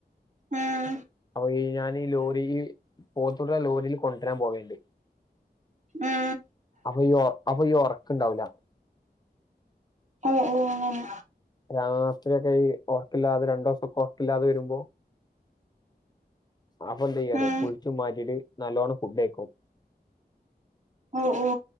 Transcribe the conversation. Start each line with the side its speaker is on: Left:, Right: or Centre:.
Right: ഉം
Left: അപ്പൊ ഈ ഞാനീ ലോറീല് പോതുട്ട്യളെ ലോറില് കൊണ്ട്രാൻ പോവേണ്ട്
Right: ഉം
Left: അപ്പൊ ഈ അപ്പൊ ഈ ഒർക്കുണ്ടാഊല-
Right: മ്മ് മ്മ് അങ്ങനെ
Left: രാത്റ്യോക്കെ ഈ ഒർക്കില്ലാതെ രണ്ടോസൊക്കെ ഒർക്കില്ലാതെ വരുമ്പോ- അപ്പൊന്തെയ്യാറ്യോ
Right: ഉം
Left: കുളിച്ചു മാറ്റിയിട്ട് നല്ലോണം ഫുഡ്ഡയ്ക്കും.
Right: ഓ ഓ